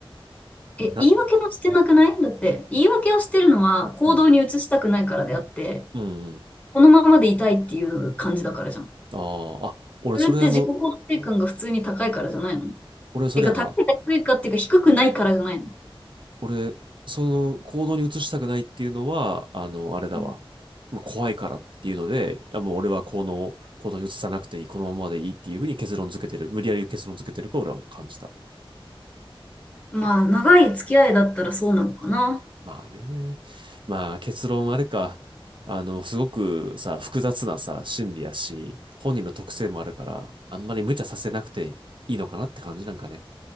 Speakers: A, on the left; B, on the right.
A: え、
B: な、
A: 言い訳もしてなくないだって、言い訳をしてるのは行動に移したくないからであって、
B: うん、うん、うん。
A: このままでいたいっていう感じだからじゃん。
B: あーあ、俺それあの、
A: それって自己肯定感が普通に高いからじゃないの
B: 俺それやわ。
A: てか、高いか低いかっていうか低くないからじゃないの
B: 俺、その行動に移したくないっていうのは、あの、あれだわ。
A: うん
B: まあ怖いからっていうので、あもう俺はこの行動に移さなくていい、このままでいいっていうふうに結論付けてる。無理やり結論付けてると俺は感じた。
A: まあ、長い付き合いだったらそうなのかな。
B: まあね。まあ結論あれか。あの、すごくさ、複雑なさ、心理やし、本人の特性もあるから、あんまり無茶させなくていいのかなって感じなんかね。